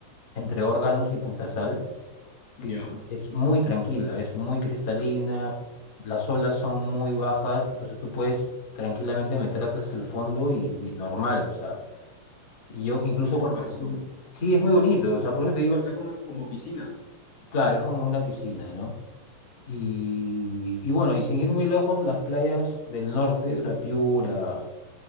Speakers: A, on the left; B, on the left.
A: entre Órganos y Puntasal, que
B: ya.
A: es muy tranquila, es muy cristalina, las olas son muy bajas, entonces tú puedes tranquilamente meter hasta el fondo y, y normal, o sea, y yo incluso
B: Qué locazo.
A: cuando... fui- Sí, es muy bonito, o sea, por eso te digo,
B: Claro, o sea, como, como piscina.
A: claro, es como una piscina, ¿no? Y, y bueno, y sin ir muy lejos, las playas del norte, o sea, Piura.